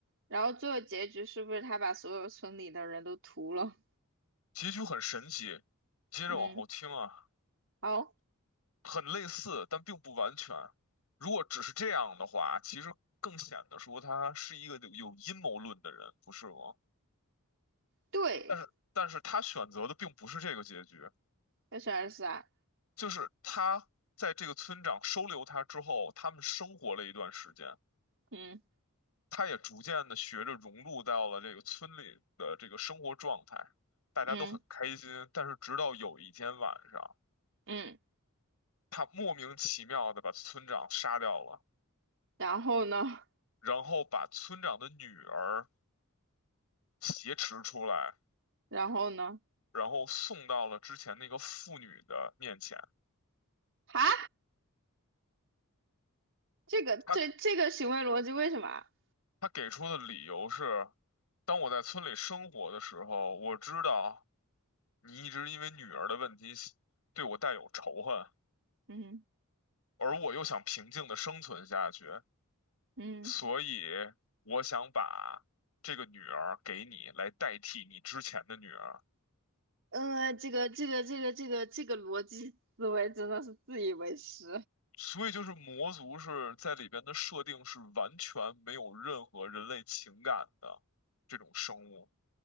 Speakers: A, on the right; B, on the left.
A: 然后最后结局是不是他把所有村里的人都屠了？
B: 结局很神奇，接着往后听啊，
A: 嗯，好，
B: 很类似，但并不完全。如果只是这样的话，其实更显得说他是一个有有阴谋论的人，不是吗？
A: 对，
B: 但是，但是他选择的并不是这个结局，
A: 他选二十二四啊，
B: 就是他在这个村长收留他之后，他们生活了一段时间。
A: 嗯
B: 他也逐渐的学着融入到了这个村里的这个生活状态，大家都很开心。
A: 嗯
B: 但是直到有一天晚上，
A: 嗯，
B: 他莫名其妙的把村长杀掉了，
A: 然后呢？
B: 然后把村长的女儿挟持出来，
A: 然后呢？
B: 然后送到了之前那个妇女的面前。
A: 啊，这个这这个行为逻辑为什么啊
B: 他他给出的理由是：当我在村里生活的时候，我知道你一直因为女儿的问题对我带有仇恨。
A: 嗯
B: 而我又想平静的生存下去，
A: 嗯，
B: 所以我想把这个女儿给你，来代替你之前的女儿。
A: 呃，这个这个这个这个这个逻辑思维真的是自以为是。
B: 所以就是魔族是在里边的设定是完全没有任何人类情感的这种生物。